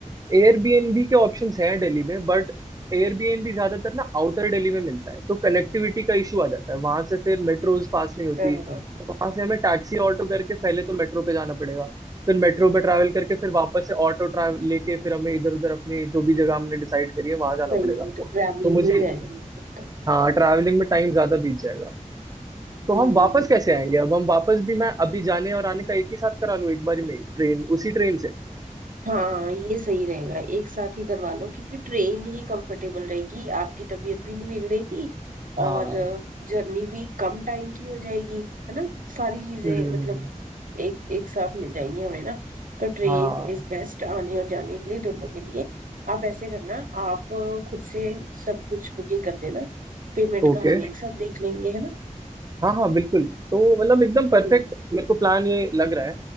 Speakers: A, on the right; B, on the right.
A: एयरबीएनबी के ऑप्शंस हैं दिल्ली में बट एयरबीएनबी ज्यादातर ना आउटर दिल्ली में मिलता है तो कनेक्टिविटी का इशू आ जाता है वहां से फिर मेट्रोज पास नहीं होती
B: हाँ,
A: तो वहां से हमें टैक्सी ऑटो करके पहले तो मेट्रो पे जाना पड़ेगा फिर मेट्रो में ट्रैवल करके फिर वापस से ऑटो ट्रैवल लेके फिर हमें इधर उधर अपनी जो भी जगह हमने डिसाइड करी है वहां जाना
B: सही
A: पड़ेगा
B: है मतलब
A: तो
B: ट्रैवलिंग
A: मुझे
B: में ही रह जाऊंगी फिर तो
A: हाँ ट्रैवलिंग में टाइम ज्यादा बीत जाएगा तो
B: हम्म
A: हम वापस कैसे आएंगे अब हम वापस भी मैं अभी जाने और आने का एक ही साथ करा लूँ एक बारी में ट्रेन उसी ट्रेन से
B: हाँ ये सही रहेगा एक साथ ही करवा लो क्योंकि ट्रेन ही कंफर्टेबल रहेगी आपकी तबीयत भी नहीं बिगड़ेगी
A: हाँ
B: और जर्नी भी कम टाइम की हो जाएगी है ना सारी चीजें
A: हम्म
B: मतलब एक एक साथ मिल जाएंगी हमें ना तो ट्रेन
A: हाँ
B: इज बेस्ट आने और जाने के लिए दोनों के लिए आप ऐसे करना आप खुद से सब कुछ बुकिंग कर देना पेमेंट
A: ओके
B: का हम एक साथ देख लेंगे है ना
A: हाँ हाँ बिल्कुल तो मतलब एकदम परफेक्ट
B: हम्म,
A: मेरे को प्लान ये लग रहा है